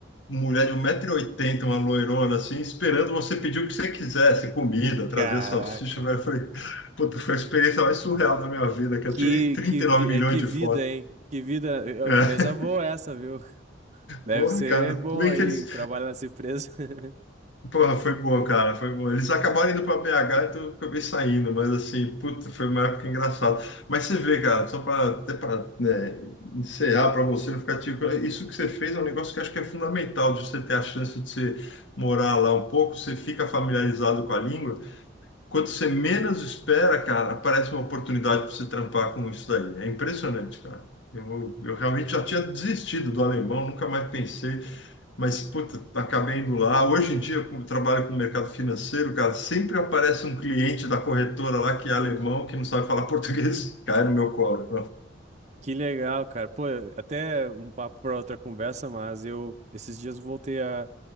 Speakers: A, on the left; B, on the right.
A: mulher de um metro e oitenta, uma loirona, assim, esperando você pedir o que você quisesse, comida, trazer
B: Caraca.
A: salsicha. Eu falei, puta, foi a experiência mais surreal da minha vida, que eu
B: Que,
A: tirei 39
B: que, vi-
A: milhões
B: é, que
A: de
B: vida,
A: fotos.
B: hein? Que vida. É,
A: É,
B: Empresa boa essa, viu? Deve
A: porra,
B: ser
A: cara,
B: bom
A: tudo bem
B: aí
A: que eles
B: trabalhar nessa empresa. <laughs>
A: Porra, foi bom, cara, foi bom. Eles acabaram indo para BH, então eu acabei saindo, mas assim, puta, foi uma época engraçada. Mas você vê, cara, só para até para encerrar para você não ficar tipo, isso que você fez é um negócio que eu acho que é fundamental de você ter a chance de você morar lá um pouco, você fica familiarizado
B: Uhum.
A: com a língua. Quando você menos espera, cara, aparece uma oportunidade para você trampar com isso daí. É impressionante, cara. Eu, eu realmente já tinha desistido do alemão, nunca mais pensei. Mas, puta, acabei indo lá. Hoje em dia, como eu trabalho com o mercado financeiro, cara, sempre aparece um cliente da corretora lá que é alemão, que não sabe falar português, <laughs> cai no meu colo.
B: Que legal, cara. Pô, até um papo para outra conversa, mas eu esses dias voltei a,